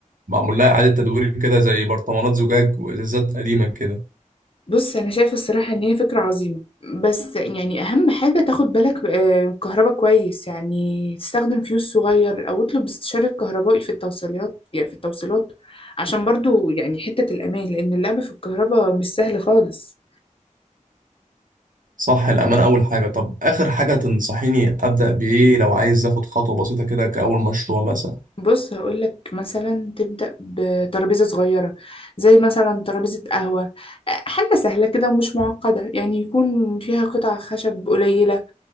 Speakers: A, on the right; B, on the left.
A: معمول لها اعادة تدوير كده زي برطمانات زجاج وازازات قديمة كده
B: بص انا شايفه الصراحه ان هي فكره عظيمه بس يعني اهم حاجه تاخد بالك آه، كهربا كويس يعني تستخدم فيوز صغير او اطلب استشاره كهربائي في التوصيلات يعني في التوصيلات عشان برضو يعني حته الامان لان اللعب في الكهرباء مش سهل خالص
A: صح الأمانة أول حاجة طب آخر حاجة تنصحيني أبدأ بإيه لو عايز آخد خطوة بسيطة كده كأول مشروع مثلا
B: بص هقولك مثلا تبدا بترابيزه صغيره زي مثلا ترابيزه قهوه آه، حاجه سهله كده ومش معقده يعني يكون فيها قطع خشب قليله